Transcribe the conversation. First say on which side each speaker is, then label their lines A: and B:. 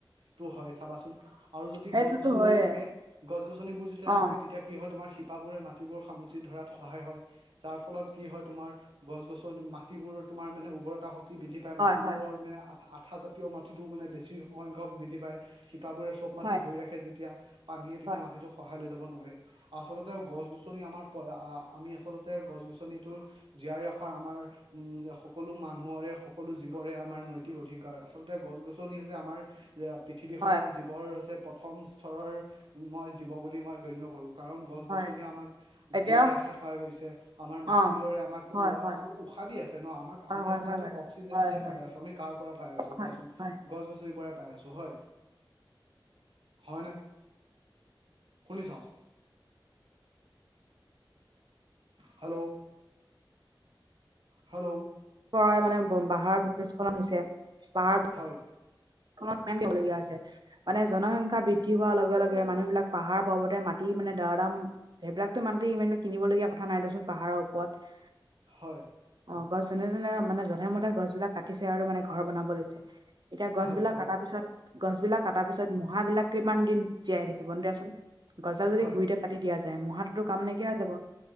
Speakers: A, on the right; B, on the right.
A: টো হয় চাবাচোন। আৰু যদি
B: সেইটোতো
A: গছ-গছনি
B: হয়ে
A: যদি থাকে গছ-গছনিবোৰ যেতিয়া
B: অ
A: থাকে তেতিয়া কি হয় তোমাৰ শিপাবোৰে মাত তিবোৰ সামুচি ধৰাত সহায় হয়। যাৰ ফলত কি হয় তোমাৰ গছ গছনী মাটিবোৰ তোমাৰ মানে উৰ্বৰতা শক বৃদ্ধি পায়
B: হয়
A: মাটিবোৰৰ
B: হয়
A: মানে আ আঠা জাতীয় মাটিটো মানে বেছি সংখ্যক বৃদ্ধি পায় শিপাবোৰে চব মাটি
B: হয়
A: ধৰি ৰাখে যেতিয়া পানীয়ে তেতিয়া
B: হয়
A: মাটিটোক খহায় লৈ যাব নোৱাৰে। আচলতে গছ গছনি আমাৰ পয় আ আমি আচলতে গছ গছনিটো জীয়াই ৰখাৰ আমাৰ উম সকলো মানুহৰে সকলো জীৱৰে আমাৰ নৈতিক অধিকাৰ আচলতে গছ গছনি হৈছে আমাৰ যে পৃথিৱীখনৰ
B: হয়
A: জীৱৰ হৈছে প্ৰথম স্থৰৰ মই জীৱ বুলি মই গণ্য কৰো। কাৰণ গছ
B: হয়
A: গছনিয়ে আমাক
B: এতিয়া
A: জীয়াই ৰাখাত সহায় কয়িছে। আমাৰ মাটিৰ
B: অ
A: ৰৰে আমাক
B: হয়
A: উৱা
B: হয়
A: আমাক উশাহ দি আছে ন আমাক
B: হয়
A: আমি
B: হয়
A: আচলতে
B: হয় বাৰু
A: অক্সিজেন
B: হয়
A: যেপ
B: হয়
A: পাই আছো আমি কাৰ পৰা পাই আছো
B: হয়
A: কোৱাচোন
B: হয়
A: গছ গছনি পৰাই পাই আছো হয় হয় নে শুনিছ। হেলৌ। হেলৌ।
B: পৰাই মানে বা বাহাৰ ভূমিস্খলন হৈছে বাহাৰ
A: হয়।
B: ক মত পেম
A: হয়
B: দিবলগীয়া হৈছে। মানে জনসংখ্যা বৃদ্ধি হোৱাৰ লগে লগে মানুহবিলাক পাহাৰ পৰ্বতে মাটি মানে দৰাদাম সেইবিলাকতো মানতি ইমান কিনিব লগীয়া কথা নাই দেচোন পাহাৰৰ ওপৰত।
A: হয়।
B: অঁ গছ যোনে যোনে মানে জধে মধে গছ বিলাক কাটিছে আৰু মানে ঘৰ বনাব লৈছে। এতিয়া গছ
A: হয়
B: বিলাক
A: হয়
B: কাটা পিছত গছ বিলাক কাটা পিছত মোহ়াবিলাক কিমান দিন জীয়াই থাকিব দেচোন। গছজাল যদি
A: হয়
B: গুৰিতে কাটি দিয়া যায় ম়োহাতোতো কাম নাইকিয়া হৈ যাব